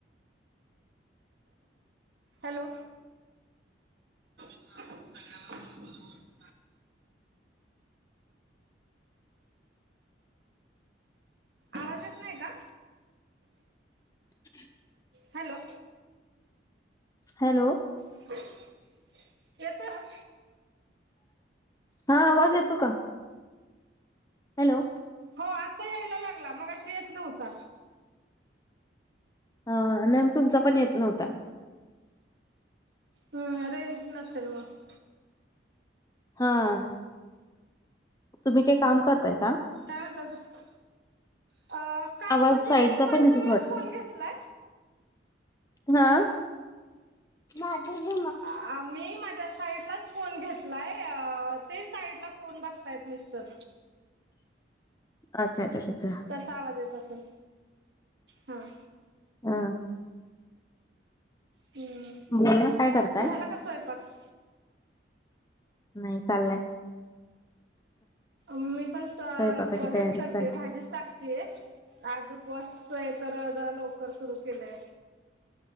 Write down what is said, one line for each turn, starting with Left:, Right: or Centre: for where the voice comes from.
Right: हॅलो! <inaudible> आवाज येत नाही का?
Left: <inaudible>
Right: हॅलो!
Left: हॅलो!
Right: <inaudible> येतोय आवाज?
Left: हां आवाज येतो का? हॅलो!
Right: हो आत्ता यायला लागला, मघाशी येत नव्हता.
Left: हां नाही मग तुमचा पण येत नव्हता.
Right: हम्म. रेंज नसेल मग.
Left: हां. तुम्ही काय काम करताय का?
Right: काय म्हणतात, त अ काम
Left: आवाज
Right: म्हणजे
Left: साईडचा
Right: मी इथं माझ्या
Left: पण येतो
Right: जवळच फोन घेतलाय.
Left: हां, माझं
Right: आ मी माझ्या साईडलाच फोन घेतलाय अ ते साईडला फोन बघतायत मिस्टर.
Left: अच्छ! अच्छा! अच्छा! अच्छा!
Right: त्याचा आवाज येत असेल हां.
Left: हां.
Right: ते
Left: बोला काय करताय
Right: झाला का स्वयंपाक?
Left: नाही, चाललाय!
Right: मी पण
Left: स्वयंपाकाची तयारी
Right: हेच करते
Left: चालय
Right: भाजीच टाकतेय आज उपवास आहे तर जरा लवकर सुरू केलंय.